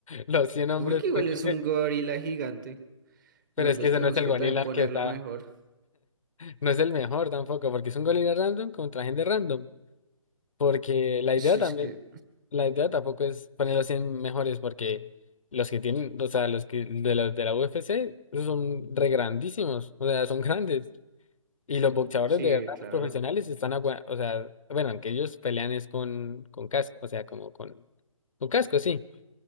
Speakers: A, on the left; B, on the right.
A: los 100 hombres,
B: no, porque igual
A: porque
B: es
A: es
B: un
A: que-
B: gorila gigante.
A: pero
B: Nosotros
A: es que ese
B: tenemos
A: no es el
B: que
A: gorila
B: también ponerlo
A: que está,
B: mejor.
A: no es el mejor tampoco, porque es un gorila random contra gente random, porque la
B: Si
A: idea también,
B: es que,
A: la idea tampoco es poner los 100 mejores, porque los que tienen, o sea, los que de los de la UFC, esos son re grandísimos, o sea, son grandes, y los boxeadores
B: sí,
A: de verdad,
B: claro,
A: los profesionales están, agua- o sea, bueno, aunque ellos pelean es con, con casco, o sea, como con, con casco, sí